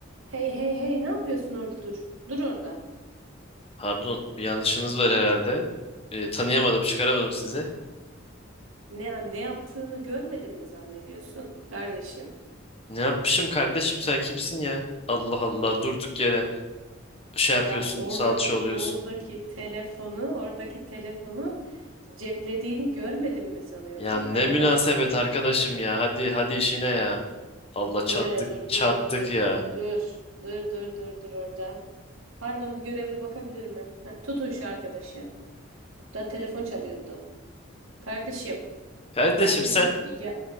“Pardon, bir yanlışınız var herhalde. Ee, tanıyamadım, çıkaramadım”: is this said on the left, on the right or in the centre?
Left